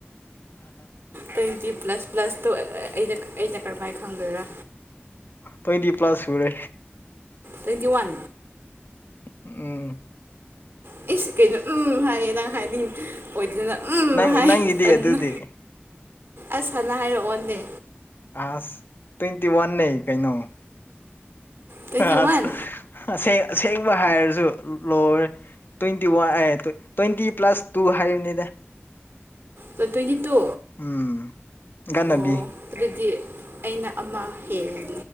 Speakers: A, on the right; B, on the left.
A: ꯇꯣꯏꯟꯇꯤ ꯄ꯭ꯂꯁ ꯄ꯭ꯂꯁꯇꯣ ꯑꯩ ꯑꯩꯅ ꯑꯩꯅ ꯀꯔꯝꯃꯥꯏꯟ ꯈꯪꯗꯣꯏꯔꯥ
B: ꯇꯣꯏꯟꯇꯤ ꯄ꯭ꯂꯁ ꯁꯨꯔꯦ
A: ꯇꯣꯏꯟꯇꯤ ꯋꯥꯟ
B: ꯎꯝ
A: ꯏꯁ ꯀꯩꯅꯣ ꯎꯝ ꯍꯥꯏꯔꯦ ꯅꯪ ꯍꯥꯏꯅꯤꯡ ꯑꯣꯏꯗꯅ ꯎꯝ
B: ꯅꯪ
A: ꯍꯥꯏ
B: ꯅꯪꯒꯤꯗꯤ
A: ꯇꯟꯅ
B: ꯑꯗꯨꯗꯤ
A: ꯑꯁ ꯍꯥꯟꯅ ꯍꯥꯏꯔꯛꯑꯣꯅꯦ
B: ꯑꯁ ꯇꯣꯏꯟꯇꯤ ꯋꯥꯟꯅꯦ ꯀꯩꯅꯣ
A: ꯇ꯭ꯋꯦꯟꯇꯤ
B: ꯑꯁ
A: ꯋꯥꯟ
B: ꯑꯁꯦꯡ ꯑꯁꯦꯡꯕ ꯍꯥꯏꯔꯖꯨ ꯂꯣꯏꯔꯦ ꯇꯣꯏꯟꯇꯤ ꯋꯥꯟ ꯑꯦ ꯇꯣꯏꯟꯇꯤ ꯄ꯭ꯂꯁ ꯇꯨ ꯍꯥꯏꯔꯤꯕꯅꯤꯗ
A: ꯇꯣ ꯇꯣꯏꯟꯇꯤ ꯇꯨ
B: ꯎꯝ ꯒꯟꯅꯕꯤ
A: ꯑꯣ ꯑꯗꯨꯗꯤ ꯑꯩꯅ ꯑꯃ ꯍꯦꯟꯂꯦ